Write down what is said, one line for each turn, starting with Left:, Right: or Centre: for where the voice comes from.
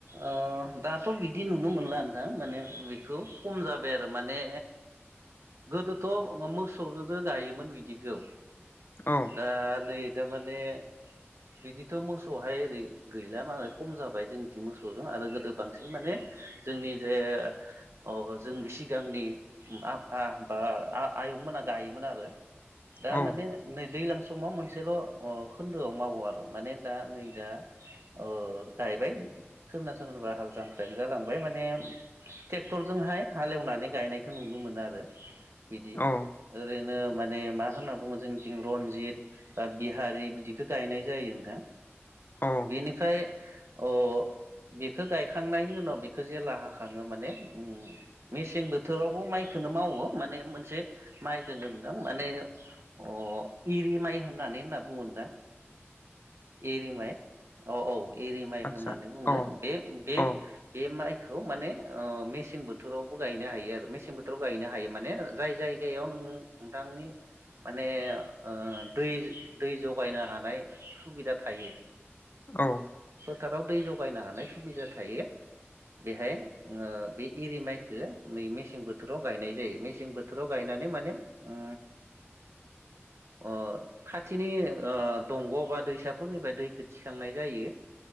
Right: अह दाथ' बिदि नुनो मोनला नोंथां माने बेखौ खम जाबाय आरो माने गोदोथ' मोसौजोंनो गायोमोन बिदिखौ
Left: औ
Right: दा नै थारमाने बिदिथ' मोसौहाय ओरै गैला मालाय खम जाबाय जोंनि मोसौजों आरो गोदो बांसिन माने जोंनि बे अह जोंनि सिगांनि आफा बा आयंमोना गायोमोन आरो दा
Left: औ
Right: माने नै दैलां समाव मोनसेल' ओ खोन्दोआव मावो आरो माने दा नै दा ओ गायबाय सोरना सोरनाबा हाल जांख्रायानो जालांबाय माने ट्रेक्टरजोंहाय हालेवनानै गायनायखौ नुनो मोनो आरो बिदि
Left: औ
Right: ओरै नो माने मा होन्ना बुङो जोंथिजों रनजित बा बिहारि बिदिखौ गायनाय जायो नोंथां।
Left: औ
Right: बेनिफ्राय औ बेखौ गायखांनायनि उनाव बेखौ जेला हाखङो माने ओम मेसें बोथोरावबो माइखौनो मावो माने मोनसे माइ दङोनदां माने अह इरि माइ होननानै होनना बुङो दा एरि माइ औ औ एरि माइ
Left: आतसा
Right: होननानै बुङो।
Left: औ
Right: बे बे
Left: औ
Right: बे माइ खौ माने ओ मेसें बोथोरावबो गायनो हायो आरो मेसें बोथोराव गायनो हायो माने जाय जायगायाव नों नोंथांनि माने ओ दै दै जगायनो हानाय सुबिदा थायो।
Left: औ
Right: फोथाराव दै जगायनो हा नाय सुबिदा थायो बेहाय ओ बे एरि माइखौ नै मेसें बोथोराव गायनाय जायो मेसें बोथोराव गायनानै माने ओ आं खाथिनि ओ दंग' बा दैसाफोरनिफ्राय दैखौ थिखांनाय जायो।